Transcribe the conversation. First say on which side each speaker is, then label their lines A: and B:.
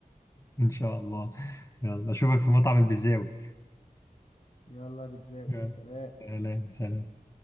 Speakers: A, on the left; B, on the left.
A: ان شاء الله يلا اشوفك في مطعم البيتزاوي
B: يلا يا بيتزاوي
A: يلا
B: سلام
A: سلام سلام